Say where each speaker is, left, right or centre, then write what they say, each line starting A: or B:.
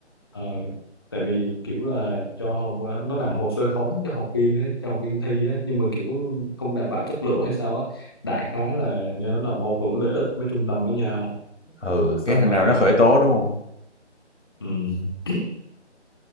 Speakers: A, on the left; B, on the left.
A: Ờ, tại vì kiểu là cho học quá nó làm hồ sơ khống cho học viên ấy, cho học viên thi ấy, nhưng mà kiểu không đảm bảo chất lượng hay sao á đại khái là nghe nó là mâu thuẫn lợi ích mấy trung tâm với nhau
B: ừ
A: xong
B: cái thằng
A: rồi
B: nào nó
A: ờ,
B: khởi tố đúng không
A: ừm,
B: Ừ.
A: <clears throat>